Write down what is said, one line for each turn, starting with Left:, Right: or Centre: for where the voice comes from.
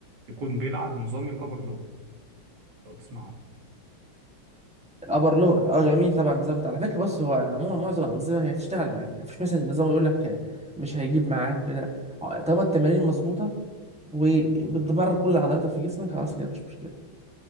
Right: يكون بيلعب بنظام الابر لور لو تسمع عنه
Centre: الابر لور اه جميل طبعا النظام ده على فكره بص هو عموما معظم الانظمه هي هتشتغل معاك مفيش مثلا نظام يقول لك مش هيجيب معاك وكده آه، طالما التمارين مظبوطه وبتدمر كل عضلاتك في جسمك خلاص كده مفيش مشكله